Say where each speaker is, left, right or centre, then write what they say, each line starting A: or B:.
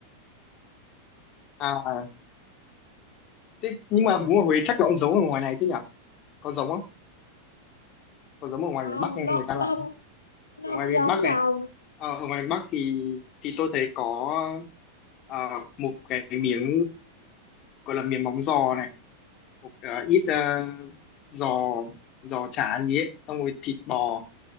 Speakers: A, on the left; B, on the left.
A: à thế nhưng mà bún ở Huế chắc là cũng giống ở ngoài này chứ nhỉ có giống không có giống ở ngoài
B: không
A: miền Bắc hay
B: nó
A: người ta làm
B: nó không nó
A: ở ngoài
B: không
A: miền
B: giống
A: Bắc
B: đâu
A: này ờ, ở ngoài miền Bắc thì thì tôi thấy có ờ, một cái miếng gọi là miếng móng giò này một ờ, ít ờ, giò giò chả gì ấy xong rồi thịt bò